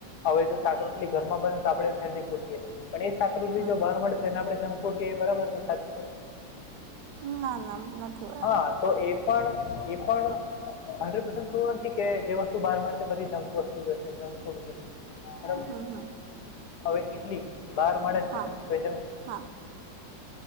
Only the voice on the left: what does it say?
હવે જો સાક રોટલી ઘરમાં બને તો આપણે હેલ્ધી ફૂટીએ. પણ એ છાત્રૃ્રી
જો બહાર મળે. ને આપણે જંક ફૂડ કે બરાબર છે સાચ સવાય.
હા તો એ પણ એ પણ હન્ડ્રેડ પર્સન્ટ થૂરું નથી કે જે વસ્તુ બહાર મળડે તે બધી જંક વસ્તુ જશે જંક ફૂડ જશે. બ
હવે ઈડલી બહાર મળે
છે તો જ.